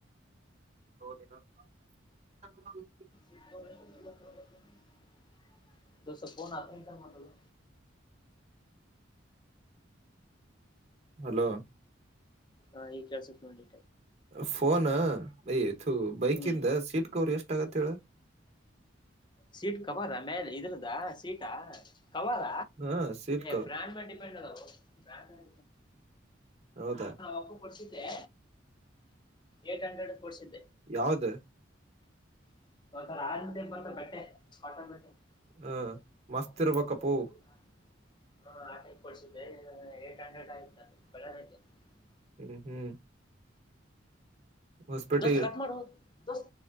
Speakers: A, on the right; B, on the left.
A: <unintelligible>
B: <inaudible> ದೋಸ್ತ ಫೋನ್ ಎತ್ತ ಮಾಡಲೇ
A: ಹಲೋ
B: ಹಾ ಈಗ್ ಕೇಳಿಸುತ್ತೆ ನೋಡು
A: ಫೋನ್ ಯತು ಬೈಕಿಂದ
B: ಹ್ಮ್
A: ಸೀಟ್ ಕವರ್ ಎಷ್ಟ ಆಗತ್ತ ಹೇಳ <inaudible>
B: ಸೀಟ್ ಕವರ ಮೇಲೆ ಇದ್ರದಾ ಸೀಟಾ ಕವಾರ
A: ಹ ಸೀಟ್ ಕವರ್
B: ಬ್ರಾಂಡ್ ಮಲೇ ಡಿಪೆಂಡ್ ಅದವು ನನ್ನ
A: ಹೌದಾ
B: ಅಪ್ಪನಿಗೆ ಕೊಡ್ಸಿದ್ದೆ ಏಟ್ ಹಂಡ್ರೆಡ್ ಕೊಡ್ಸಿದ್ದೆ
A: ಯಾವ್ದ
B: <unintelligible>
A: ಹ
B: <unintelligible>
A: ಮಸ್ತ್ ಇರ್ಬೇಕಪ್ಪೋ
B: <unintelligible>
A: ಹ್ಮ್ ಹ್ಮ್ ಹೊಸಪೇಟೆಗೆ
B: ದೋಸ್ತ ಕಟ್ ಮಾಡೊ ದೋಸ್